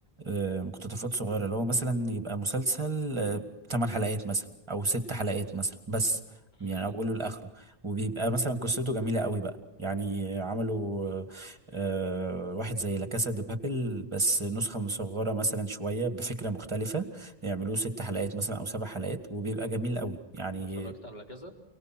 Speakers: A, on the right (about 25°); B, on the left (about 45°).
A: آه، مقتطفات صغيره اللي هو مثلا يبقى مسلسل 8 حلقات مثلا او 6 حلقات مثلا بس
B: م-م.
A: يعني اوله لاخره وبيبقى مثلا قصته جميله قوي بقى يعني عملوا آه، آه، واحد زي لا كاسا دي بابل بس نسخه مصغره مثلا شويه بفكره مختلفه يعملوه ست حلقات مثلا او سبع حلقات وبيبقى جميل قوي يعني
B: اتفرجت على كذا